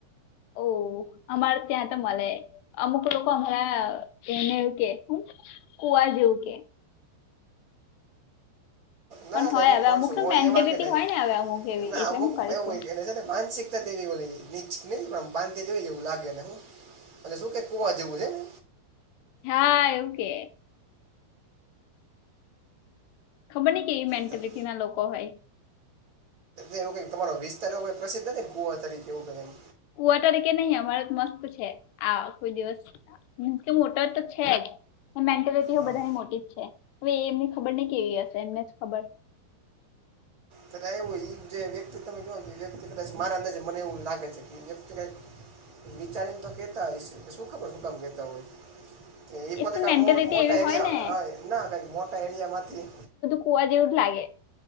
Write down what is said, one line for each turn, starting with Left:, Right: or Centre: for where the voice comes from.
Left: ઓહ અમારે ત્યાં તો મળે અમુક લોકોક અમારા એનેવું કે હ કુવા જેવું કે
Right: ના
Left: પણ હોય
Right: ર અમુક
Left: હવે
Right: માણસો
Left: ને
Right: હોય
Left: મેન્ટેલિટી
Right: એવા કે નહી
Left: હોય ને હવે અમુક એવી
Right: ના
Left: એટલે
Right: અમુક
Left: હું કરીશું
Right: એવું કે છે માનસિક વી નીચ નહી પણ બાંધી જોય એવું લાગેને હું. અને શું કેકું જેવું છેને.
Left: હા એવું કે ખબર નહ કે એ મેન્ટેલિટી
Right: તો-
Left: ના લોકો હોય
Right: એ ક તમારો વિસ્તાર એવઈ પ્રસિ્ નથી નેુવા તરીકે એવું કઈ એમ
Left: ફુવા તરીકે નહી અમારે મસ્ત છે આ કોઈ દિવસ. મીન્સ કે મોટર તો છે જ. મેન્ટેલિટીઓ
Right: હા
Left: બધાની મોટી જ છે હવે એ એમની ખબર નઇ કેવી હશે એમને જ ખબર.
Right: કદાચ એવું એ જે વ્યક્તિ તમે કો વ્યક્તિ કદાચ મારા અંદાજે મને એવું લાગે છે કે વ્યક્તિ કંઇક. વિચારીને તો કેતા હસે કે શું ખબર શું કામ કેતા હોય. એ એ પોતે
Left: પણ
Right: ક
Left: મેન્ટેલિટી
Right: મો મોટા
Left: એવી
Right: એરિયા
Left: હોય ને
Right: હ એના મોટા એરિયા માથી.
Left: ફુવા જેવું જ લાગે.